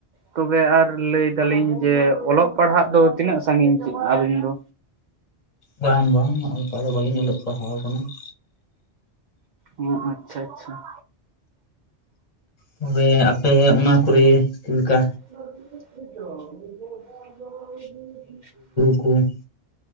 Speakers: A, on the right (about 55°); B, on the left (about 35°).
A: ᱛᱚᱵᱮ ᱟᱨ ᱞᱟᱹᱭ ᱫᱟᱞᱤᱧ ᱡᱮ ᱚᱞᱚᱜ ᱯᱟᱲᱦᱟᱜ ᱫᱚ ᱛᱤᱱᱟᱹᱜ ᱥᱟᱸᱜᱤᱧ ᱠᱮᱜ ᱟᱵᱤᱱ ᱫᱚ?
B: ᱵᱟᱝ ᱵᱟᱝ ᱚᱝᱠᱟ ᱫᱚ ᱵᱟᱹᱞᱤᱧ ᱚᱞᱚᱜ ᱯᱟᱲᱦᱟᱣ ᱠᱟᱱᱟ ᱾
A: ᱚᱸ ᱟᱪᱪᱷᱟ ᱟᱪᱪᱷᱟ ᱾
B: ᱛᱚᱵᱮ ᱟᱯᱮ ᱚᱱᱟ ᱠᱚᱨᱮ ᱪᱮᱞᱮᱠᱟ?
A: <inaudible>
B: ᱠᱩᱸ